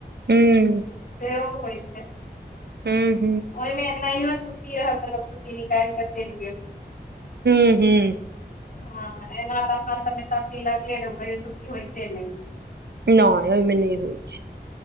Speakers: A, on the right; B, on the left.
A: हूँ
B: सेहो होइ छै।
A: हूँ।
B: ओहिमे नहियो छुट्टी रहल तऽ लोक छुट्टी निकाइल कऽ चलि गेल।
A: हं हूँ।
B: हँ एना तऽ अपना सबके सब दीन लगले ने कहियो छुट्टी होइते नहि छै।
A: नै अहिमे नहि होइ छै।